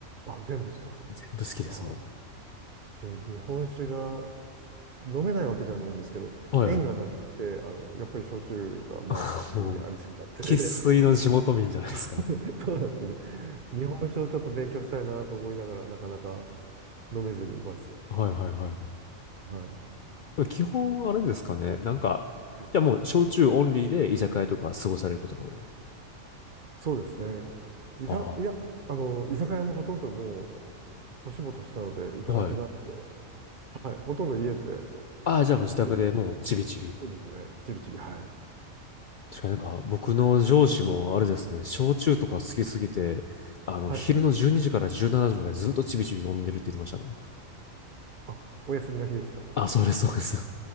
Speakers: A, on the right (about 45°); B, on the left (about 90°).
A: あ、全部ですか。
B: 全部好きです、
A: ああ。
B: も
A: 自分日本酒が飲めないわけではないんですけど、
B: う。はいはい。
A: 縁がなくて、あの、やっぱり焼酎が周りにありすぎたってで、
B: <laughs> もう、生粋の地元民じゃないですか。
A: <laughs> そうなんですよね。日本酒をちょっと勉強したいなと思いながら、なかなか飲めずにいます。
B: はいはいはい。
A: はい。
B: 基本あれですかね。なんか、
A: はい
B: じゃあもう焼酎オンリーで居酒屋とか過ごされることが多い。
A: そうですね。いざ、
B: あ
A: いや、あの、居酒屋もほとんどもう、年も年したので行かなくなって、
B: あ、はい。
A: はい、ほとんど家で、
B: ああ、
A: あの、
B: じゃあもう自宅でもうちびちび。
A: でそうですね。ちびちび、はい。
B: 確かになんか僕の上司もあれですね、焼酎とか好きすぎて、あの、
A: はい。
B: 昼の12時から17時までずっとちびちび飲んでるって言ってましたね。
A: あ、お休みの日ですか。
B: あ、そうです、そうです。